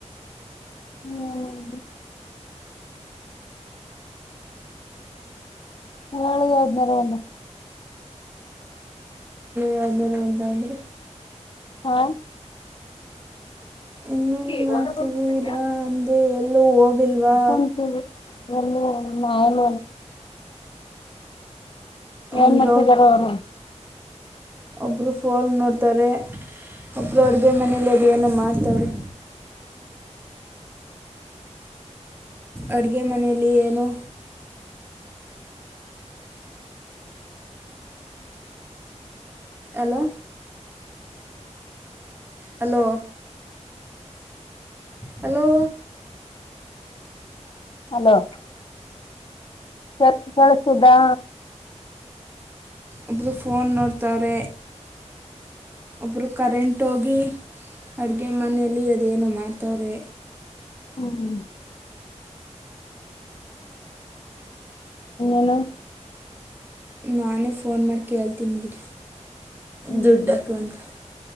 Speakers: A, on the left; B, on the right.
A: ಹ್ಮ್ ಹಳಗೆ ಯಾವದನೇರ ಒಂದು
B: ಯಾವ್ಮೇಲೆ ಒಂತ ಅಂದ್ರೆ
A: ಹಾ
B: ಇನ್ನೇನು
A: ಹ
B: ಮಾಡ್ತಿದ್ದೀರಾ ಅಂದೆ ಎಲ್ಲೂ ಹೋಗಿಲ್ವಾ
A: ಕುಂತೀವಿ ನಾನಾನ ಏನ್
B: ಒಂದು
A: ಮಾಡ್ತಿದಾರ ಅವರು
B: ಒಬ್ರು ಫೋಲ್ ನೋಡ್ ತರೆ ಒಬರು ಅಡುಗೆ ಮನೇೆಯಲ್ಲಿದೆಲ್ಲ ಮಾಸ್ತವರೆ ಅಡುಗೆ ಮನೆಯಲ್ಲಿ ಏನು ಅಲೋ ಹಲೋ ಹಲೋ
A: ಹಲೋ ಕೆಳ ದಾ
B: ಒಬ್ರು ಫೋನ್ ನೋಡ್ತವ್ರೆ ಒಬ್ಬರು ಕರೆಂಟ್ಗಿ ಅಡುಗೆ ಮನೆಯಲ್ಲಿ ಅದೇನು ಮಾಡ್ತವ್ರೆ
A: ಹ್ಮ ಹ್ಮ್ ಅನು
B: ನಾನೇ ಫೋನ್ ಮಾಡಿ ಕೇಳ್ತೀನಿ ಬಿಡಿ
A: ಹ್ಮ್
B: ದುಡ್ಡಕಂತ